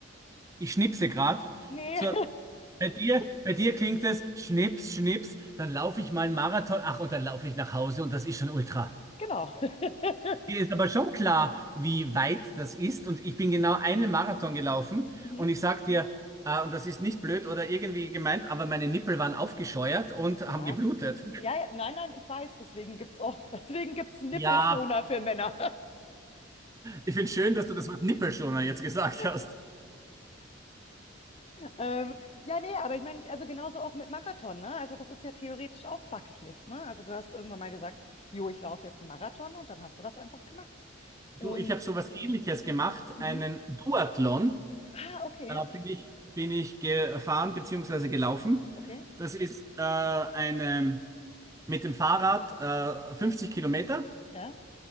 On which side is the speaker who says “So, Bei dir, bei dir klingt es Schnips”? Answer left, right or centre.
Right